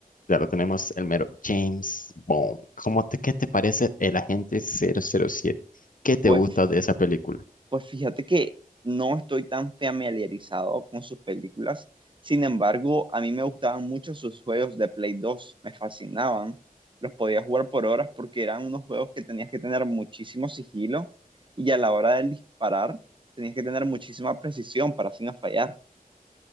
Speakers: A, on the left; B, on the right.
A: Claro, tenemos el mero James Bond. ¿Cómo te, qué te parece el agente 007? ¿Qué te
B: Pues,
A: gusta de esa película?
B: pues fíjate que no estoy tan familiarizado con sus películas. Sin embargo, a mí me gustaban mucho sus juegos de Play 2. Me fascinaban. Los podía jugar por horas porque eran unos juegos que tenías que tener muchísimo sigilo y a la hora de disparar tenías que tener muchísima precisión para así no fallar.